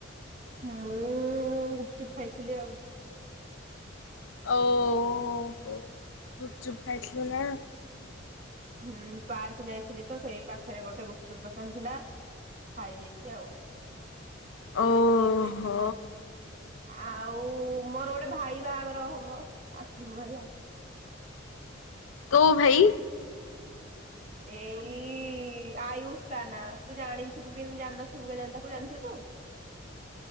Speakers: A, on the right; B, on the left.
A: ହଉ ଚୁପ ଖାଇଥିଲି ଆଉ।
B: ଓ ହୋ ଗୁପଚୁପ ଖାଇଥିଲୁ ନାଁ?
A: ହୁଁ ପାର୍କ ଯାଇଥିଲି ତ ସେଇ ପାଖରେ ଗୋଟେ ଗୁପଚୁପ ଦୋକାନ ଥିଲା ଖାଇ ଦେଇଚି ଆଉ।
B: ଓ ହୋ।
A: ଆଉ ମୋର ଗୋଟେ ଭାଇ ବାହାଘର ହବ ଆସିବୁ ହେଲା।
B: କୋଉ ଭାଇ?
A: ଏଇ ଆୟୁସ୍ ତା ନା ତୁ ଜାଣିଥିବୁ କି ଜାଣିନଥିବୁ କେଜାଣି। ତାକୁ ଜାଣିଚୁ ତୁ?